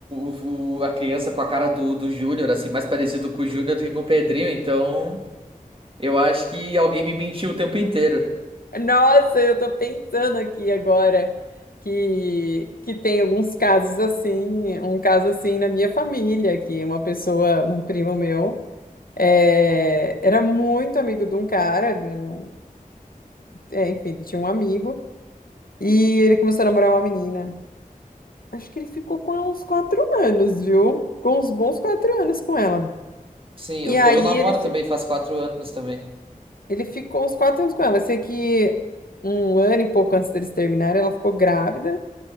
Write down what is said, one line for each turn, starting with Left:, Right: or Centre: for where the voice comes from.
Right: o- o- a criança com a cara do, do Júnior, assim, mais parecido com o Júnior do que com o Pedrinho, então eu acho que alguém me mentiu o tempo inteiro.
Left: Nossa, eu tô pensando aqui agora que, que tem alguns casos assim, um caso assim na minha família, que uma pessoa, um primo meu, é, era muito amigo de um cara, de um- é, enfim, ele tinha um amigo, e ele começou a namorar uma menina. Acho que ele ficou com ela uns quatro anos, viu? Com uns bons quatro anos com ela.
Right: Sim, eu
Left: E aí
Right: tô, eu namoro
Left: ele,
Right: também faz quatro anos também.
Left: ele ficou uns quatro anos com ela. Eu sei que um ano e pouco antes deles terminarem, ela ficou grávida.